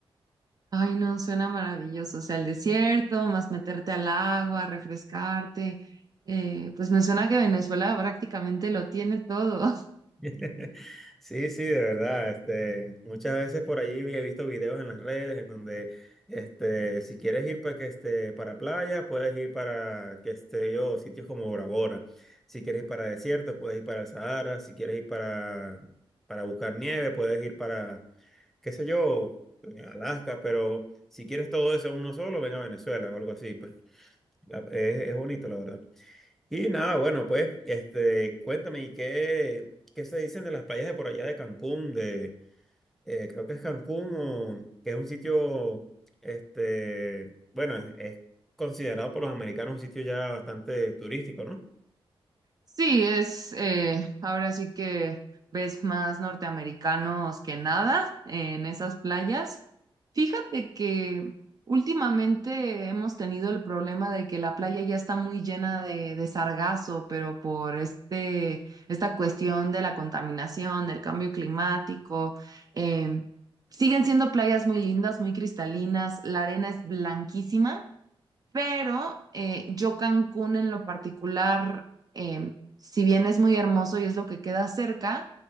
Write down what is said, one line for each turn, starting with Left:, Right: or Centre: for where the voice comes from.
Right: Ay, no, suena maravilloso. O sea, el desierto, más meterte al agua, refrescarte. Eh, pues me suena que Venezuela prácticamente lo tiene todo. <laughs>
Centre: <laughs> Sí, sí, de verdad. Este, muchas veces por allí había visto videos en las redes en donde, este, si quieres ir para que este, para playa, puedes ir para que esté yo sitios como Bora Bora. Si quieres ir para desierto, puedes ir para el Sahara. Si quieres ir para para buscar nieve, puedes ir para qué sé yo, Alaska. Pero si quieres todo eso en uno solo, ven a Venezuela o algo así. Pues La- es, es bonito, la verdad. Y nada, bueno, pues, este, cuéntame, ¿y qué, qué se dicen de las playas de por allá de Cancún? De, eh, creo que es Cancún, o, que es un sitio, este, bueno, es, es considerado por los americanos un sitio ya bastante turístico, ¿no?
Right: Sí, es eh, ahora sí que ves más norteamericanos que nada en esas playas. Fíjate que últimamente hemos tenido el problema de que la playa ya está muy llena de, de sargazo, pero por este, esta cuestión de la contaminación, del cambio climático, em, siguen siendo playas muy lindas, muy cristalinas, la arena es blanquísima pero eh, yo Cancún en lo particular, eh, si bien es muy hermoso y es lo que queda cerca,